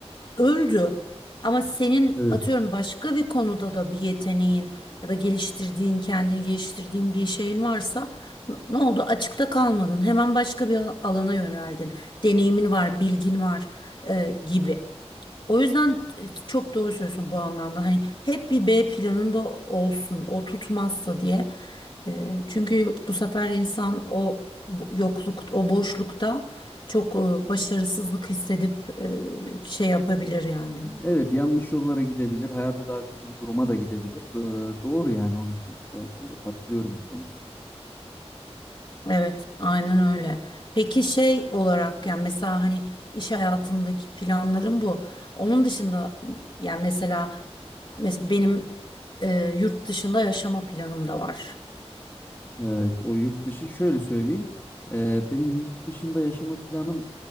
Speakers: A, on the left; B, on the left.
A: öldü. Ama senin
B: Evet.
A: atıyorum başka bir konuda da bir yeteneğin ya da geliştirdiğin, kendini geliştirdiğin bir şeyin varsa n- ne oldu? Açıkta kalmadın. Hemen başka bir al- alana yöneldin. Deneyimin var, bilgin var e, gibi. O yüzden e, çok doğru söylüyorsun bu anlamda. Hani hep bir B planında olsun, o tutmazsa diye. E, çünkü bu sefer insan o bu- yokluk, o boşlukta çok e, başarısızlık hissedip e, şey yapabilir yani.
B: Evet yanlış yollara gidebilir. Hayata daha kötü bir duruma da gidebilir. Do- e, Doğru yani o yüzden. Ben, ben de katılıyorum bu konuda.
A: Evet, aynen öyle. Peki şey olarak yani mesela hani iş hayatındaki planlarım bu. Onun dışında yani mesela mesela benim e, yurt dışında yaşama planım da var.
B: Ee, o yurt dışı şöyle söyleyeyim. Ee, benim yurt dışında yaşama planım